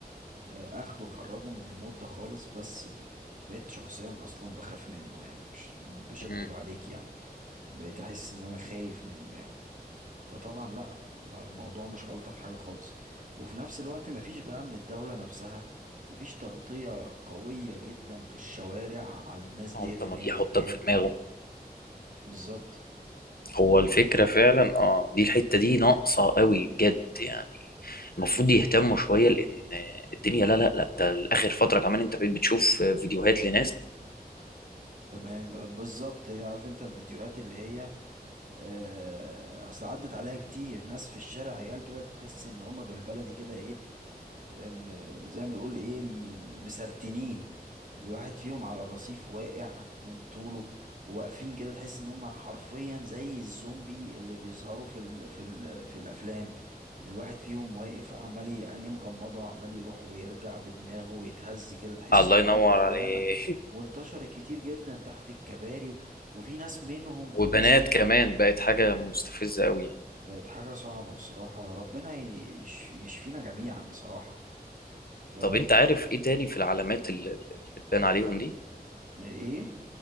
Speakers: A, on the right; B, on the left.
A: آه، اخده واخرجه من المود ده خالص بس ب... بقيت شخصيا اصلا بخاف منه يعني مش مش
B: مم.
A: هكدب عليك يعني بقيت احس ان انا خايف منه يعني فطبعا لا م- الموضوع مش ألطف حاجة خالص وفي نفس الوقت مفيش بقى من الدولة نفسها مفيش تغطية قوية جدا في الشوارع على الناس ديت
B: هو انت
A: ان
B: ما
A: هي
B: يحطك
A: تتجاب
B: في دماغه
A: بالظبط
B: هو الفكره فعلا اه دي الحته دي ناقصه قوي بجد يعني المفروض
A: مم.
B: يهتموا شويه لان الدنيا لا لا لا ده اخر فتره كمان انت بقيت بتشوف فيديوهات لناس
A: تمام بالظبط عارف انت الفيديوهات اللي هي آه، اصل عدت عليها كتير ناس في الشارع عيال كده تحس ان هما بالبلدي كده ايه م- زي ما بنقول ايه م- م- مسرتنين الواحد فيهم على الرصيف واقع من طوله واقفين كده تحس ان هم حرفيا زي الزومبي اللي بيظهروا في ال في ال في الافلام الواحد فيهم واقف عمال ي- عينيه مغمضه عمال يروح ويرجع بدماغه ويتهز كده تحس
B: الله
A: ان
B: ينور
A: هو في دوامه
B: عليك <laughs>
A: وانتشرت كتير جدا تحت الكباري و- وفي ناس منهم في
B: وبنات
A: ناس منهم
B: كمان بقت حاجه مستفزه قوي يعني
A: بقت حاجه صعبه بصراحه ربنا يش- يشفينا جميعا بصراحه ف
B: طب انت عارف ايه تاني في العلامات اللي اللي بتبان عليهم دي
A: ايه